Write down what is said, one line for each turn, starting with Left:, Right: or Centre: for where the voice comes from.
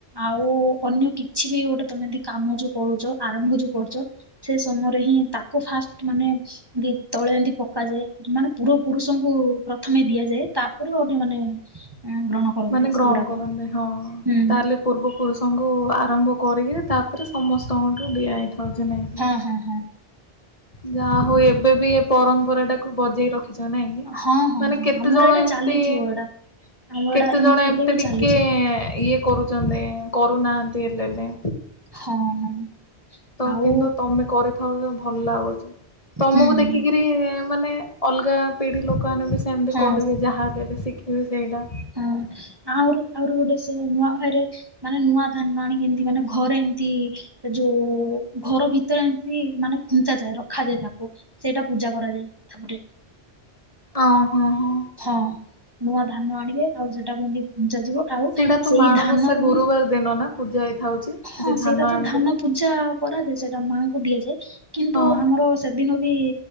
Right: ଆଉ ଅନ୍ୟ କିଛି ବି ଗୋଟେ ତମେ କାମ ଯୋଉ କରୁଛ ଆରମ୍ଭ ଯୋଉ କରୁଛ ସେ ସମୟରେ ହିଁ ତା କୁ ଫାଷ୍ଟ ମାନେ ଏ ତଳେ ଏମିତି ପକାଯାଏ ମାନେ ପୂରବ ପୁରୁଷଙ୍କୁ ପ୍ରଥମେ ଦିଆଯାଏ ତାପରେ ଅନ୍ଯ ମାନେ ହଁ ଗ୍ରହଣ କରନ୍ତି
Left: ମାନେ ଗ୍ରହଣ
Right: ସେଗୁଡାକ
Left: କରନ୍ତି ହଁ
Right: ହୁଁ
Left: ତାହେଲେ ପୂର୍ବ ପୁରୁଷଙ୍କୁ ଆରମ୍ଭ କରିକି ତାପରେ ସମସ୍ତଙ୍କଠୁ ଡିଆ ହେଇଥାଉଛି ନାଇକି।
Right: ହୁଁ ହୁଁ।
Left: ଯାହା ହଉ ଏବେ ବି ଏ ପରମ୍ପରା ଟାକୁ ବଜେଇ ରଖ ଖିଚ ନାଇଁ କି
Right: ହଁ ହଁ
Left: ମାନେ
Right: ହଁ
Left: କେତେ
Right: ଆମର
Left: ଜଣ
Right: ଏଇଟା
Left: ଏମତି
Right: ଚାଲିଥିବ ଏଇଟା ଆମର
Left: କେତେ
Right: ଏଇଟା
Left: ଜଣ
Right: ଏମ ଏବେ
Left: ଏମିତି
Right: ବି
Left: ଟିକେ
Right: ଚାଲିଛି
Left: ଇଏ କରୁଛନ୍ତି କରୁନାହାନ୍ତି ହେଲେ ବି
Right: ହଁ ହଁ।
Left: ତ
Right: ଆଉ
Left: କିନ୍ତୁ ତମେ କରିଥାଉଚ ଭଲ ଲାଗୁଛି ତମକୁ
Right: ହୁଁ ହୁଁ
Left: ଦେଖିକି ମତି ମାନେ ଅଲଗା ପିଢି ଲୋକମାନେ ବି ସେମିତି
Right: ହଁ
Left: କରିବେ ଯାହା ହେଲେ ଶିଖିବେ ସେଇଟା।
Right: ହ ଆହୁରି ଆହୁରି ଗୋଟେ ସେ ନୂଆ ଖାଇରେ ମାନେ ନୂଆ ଧାନ ଆଣିକି ଏମତି ମାନେ ଘରେ ଏମିତି ଯୋଉ ଘର ଭିତରେ ଏମତି ମାନେ ଖୁଞ୍ଚା ଯାଏ ରଖାଯାଏ ତାକୁ। ସେଇଟା ପୂଜା କରାଯାଏ ତାପରେ।
Left: ଓ ହୋ ହଁ।
Right: ହଁ ନୂଆ ଧାନ ଆଣିବେ ଆଉ ସେଟାକୁ ଏମିତି ଖୁଂଚା ଯିବ। ଆଉ
Left: ସେଇଟା ତ
Right: ସେଇ
Left: ମାଣବସା
Right: ଧାନରୁ
Left: ଗୁରୁବାର
Right: ହିଁ
Left: ଦିନ ନା ପୂଜା ହେଇଥାଉଛି
Right: ହଁ
Left: ଯେ
Right: ସେଇଟା ତ
Left: ଆଣିକିରି।
Right: ଧାନ ପୂଜା କରାଯାଏ ସେଟା ମାଙ୍କୁ ଦିଆଯାଏ କିନ୍ତୁ
Left: ହଁ
Right: ଆମର ସେଦିନ ବି